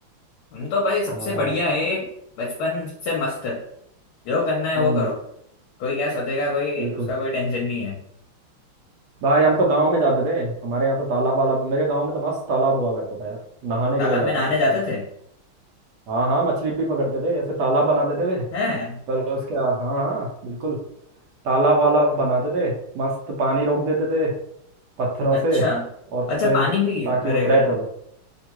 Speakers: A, on the left; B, on the right.
A: हम तो भाई सबसे
B: हाँ
A: बढ़िया है बचपन सबसे मस्त जो करना है
B: हम्म
A: वो करो कोई क्या सोचेगा कोई
B: बिल्कुल
A: उसका कोई टेंशन नहीं है
B: भाई हम तो गांव में जाते थे हमारे यहाँ तो तालाब वालाब मेरे गांव में तो मस्त तालाब हुआ करता था यार नहाने
A: तालाब
B: के लिए जाते
A: में नहाने
B: थे
A: जाते
B: मस्त
A: थे
B: हाँ हाँ मछली भी पकड़ते थे ऐसे तालाब बनाते थे वे
A: हैं
B: पहले उसके हाँ हाँ बिल्कुल तालाब वाला बनाते थे मस्त पानी रोक देते थे पत्थरों
A: अच्छा
B: से और
A: अच्छा
B: फिर
A: पानी भी
B: ताकि
A: अरे
B: वो ट्रैप
A: गजब
B: हो जाए